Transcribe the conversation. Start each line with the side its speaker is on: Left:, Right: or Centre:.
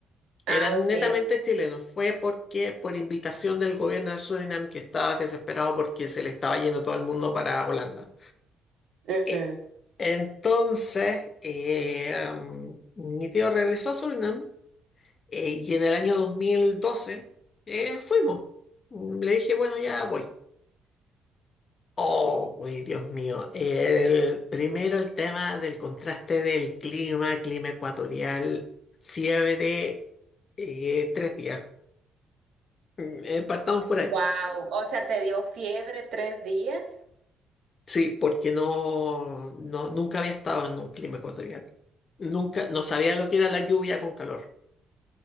Right: Ah,
Left: era netamente
Right: ok.
Left: chileno. Fue porque por invitación del gobierno de Surinam que estaba desesperado porque se le estaba yendo todo el mundo para Holanda.
Right: Ujú.
Left: E- Entonces, eh, um, mi tío regresó a Surinam eh, y en el año 2012 eh, fuimos. Mm, Le dije, bueno, ya voy. Oh, uy, Dios mío. El, primero el tema del contraste del clima, clima ecuatorial, fiebre, eh, tres días. Mm, eh, partamos por ahí.
Right: wow, o sea, ¿te dio fiebre tres días?
Left: Sí, porque no, no, nunca había estado en un clima ecuatorial. Nunca, no sabía lo que era la lluvia con calor.